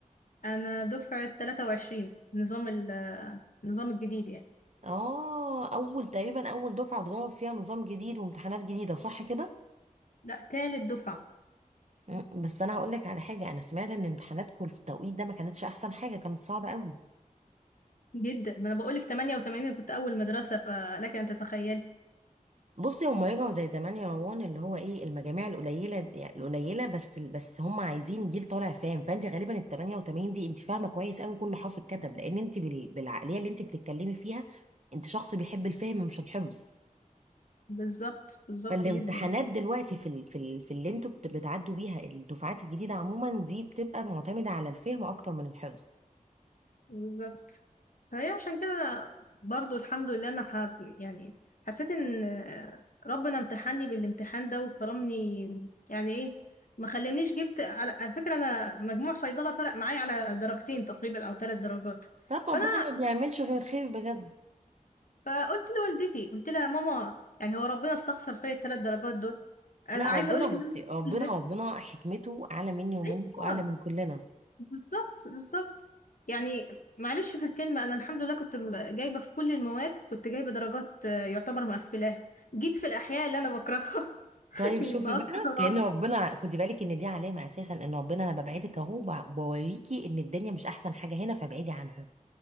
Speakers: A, on the left (about 70°); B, on the right (about 55°).
A: انا دفعة 23 نظام ال النظام الجديد يعني
B: اه اول تقريبا اول دفعه اتجرب فيها نظام جديد وامتحانات جديده صح كده
A: لا تالت دفعة
B: مم، بس انا هقولك على حاجه انا سمعت ان امتحاناتكم في التوقيت ده ما كانتش احسن حاجه كانت صعبه قوي
A: جدا ما انا بقولك 88 كنت اول مدرسة فلك ان تتخيلي
B: بصي هما يرجعوا زي زمان يا روان اللي هو ايه المجاميع القليله يعني القليله بس بس هما عايزين جيل طالع فاهم فانت غالبا ال 88 دي انت فاهمه كويس قوي كل حرف اتكتب لان انت بال- بالعقليه اللي انت بتتكلمي فيها انت شخص بيحب الفهم مش الحفظ
A: بالظبط بالظبط
B: فالامتحانات
A: جدا يعني.
B: دلوقتي في ال في ال في اللي انتوا بت- بتعدوا بيها الدفعات الجديده عموما دي بتبقى معتمده على الفهم اكتر من الحفظ
A: بالظبط فهي عشان كده برضو الحمد لله انا ح... يعني حسيت ان ربنا امتحني بالامتحان ده وكرمني يعني ايه ما خلانيش جبت على على فكرة انا مجموع صيدلة فرق معايا على درجتين تقريبا او ثلاث درجات
B: طب
A: فانا
B: ربنا ما بيعملش غير الخير بجد
A: فقلت لوالدتي قلت لها يا ماما يعني هو ربنا استخسر فيا الثلاث درجات دول انا
B: لا
A: عايزه
B: ربنا
A: اقول لك
B: بصي
A: ان انا الحمد
B: ربنا
A: لله
B: ربنا حكمته اعلى مني ومنك
A: ايوه
B: واعلى من كلنا
A: بالظبط بالظبط يعني معلش في الكلمه انا الحمد لله كنت م- جايبه في كل المواد كنت جايبه درجات آه، يعتبر مقفلاها جيت في الاحياء اللي انا بكرهها
B: طيب
A: <laughs>
B: شوفي
A: نقصت
B: بقى كأن
A: طبعا
B: ربنا خدي بالك ان دي علامة اساسا ان ربنا انا ببعدك اهو ب- بوريكي ان الدنيا مش احسن حاجة هنا فابعدي عنها